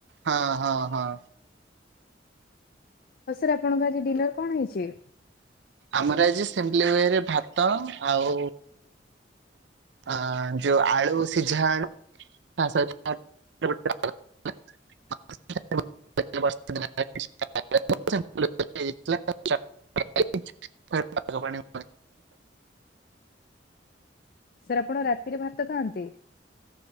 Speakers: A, on the right; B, on the left.
A: ହଁ ହଁ ହଁ।
B: ହଉ ସାର୍ ଆପଣଙ୍କ ଆଜି ଡିନର କଣ ହେଇଛି?
A: ଆମର ଆଜି ସିମ୍ପିଲି ୱେ ରେ ଭାତ ଆଉ ଆ ଯୋଉ ଆଳୁ ସିଝା <unintelligible> <inaudible> <unintelligible>
B: ସାର୍ ଆପଣ ରାତିରେ ଭାତ ଖାଆନ୍ତି?